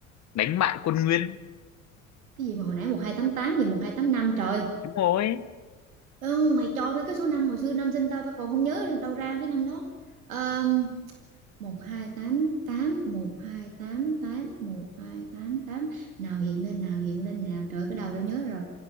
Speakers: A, on the left; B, on the right.
A: đánh bại quân Nguyên.
B: Cái gì mà hồi nãy 1288 giờ 1285 trời.
A: Đúng rồi.
B: Ừ, mày cho mấy cái số năm hồi xưa năm sinh tao tao còn không nhớ đâu ra cái năm đó. Um, một một một hai hai tám tám một hai tám tám một hai tám tám nào hiện lên nào hiện lên nào. Trời ơi, cái đầu đã nhớ rồi.